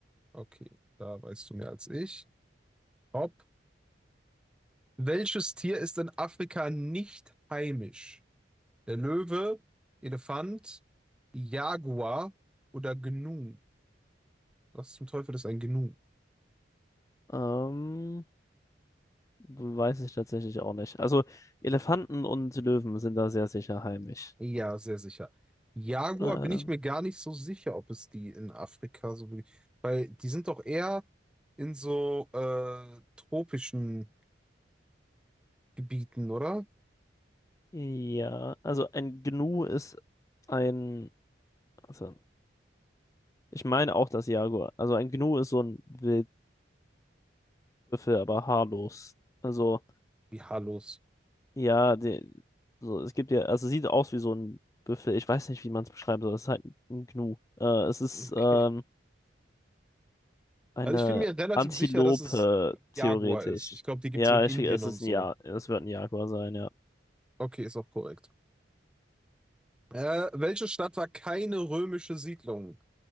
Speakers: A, in the centre; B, on the left.
A: Okay, da weißt du mehr als ich. Pop. Welches Tier ist in Afrika nicht heimisch? Der Löwe, Elefant, Jaguar oder Gnu. Was zum Teufel ist ein Gnu?
B: Ähm, weiß ich tatsächlich auch nicht. Also Elefanten und Löwen sind da sehr sicher heimisch.
A: Ja, sehr sicher. Jaguar
B: Äh,
A: bin ich mir gar nicht so sicher, ob es die in Afrika so wirklich. Weil die sind doch eher in so äh, tropischen Gebieten, oder?
B: Ja, also ein Gnu ist ein, also ich meine auch das Jaguar. Also ein Gnu ist so ein Wildbüffel, aber haarlos. Also
A: Wie Halos.
B: ja, die, so es gibt ja, also sieht aus wie so ein Büffel. Ich weiß nicht, wie man es beschreiben soll. Es ist halt ein Gnu. Äh, es ist
A: <laughs> Okay.
B: ähm, eine
A: Also ich bin mir relativ
B: Antilope
A: sicher, dass es
B: theoretisch.
A: Jaguar ist. Ich glaube, die gibt
B: Ja,
A: es in Indien
B: ich, es
A: und
B: ist
A: so.
B: ein Ja, es wird ein Jaguar sein, ja.
A: Okay, ist auch korrekt. Äh, welche Stadt war keine römische Siedlung?